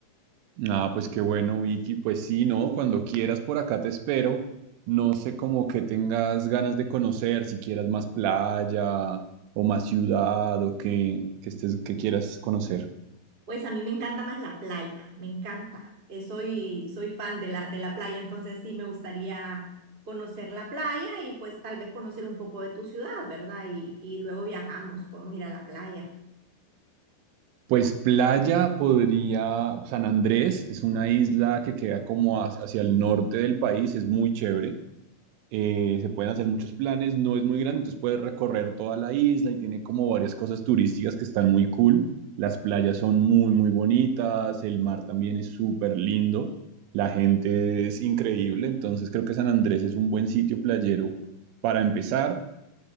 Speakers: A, on the right (about 85°); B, on the right (about 20°).
A: Nada, pues qué bueno Vicky. Pues sí, ¿no? Cuando quieras por acá te espero. No sé como que tengas ganas de conocer, si quieras más playa o más ciudad o que, que estés, que quieras conocer.
B: Pues a mí me encanta más la playa, me encanta. Eh, soy, soy fan de la, de la playa, entonces sí me gustaría conocer la playa y pues tal vez conocer un poco de tu ciudad, ¿verdad? Y, y luego viajamos, podemos ir a la playa.
A: Pues playa podría, San Andrés es una isla que queda como hacia hacia el norte del país, es muy chévere. eh, se pueden hacer muchos planes, no es muy grande, entonces puedes recorrer toda la isla y tiene como varias cosas turísticas que están muy cool. Las playas son muy, muy bonitas, el mar también es súper lindo, la gente es increíble, entonces creo que San Andrés es un buen sitio playero para empezar.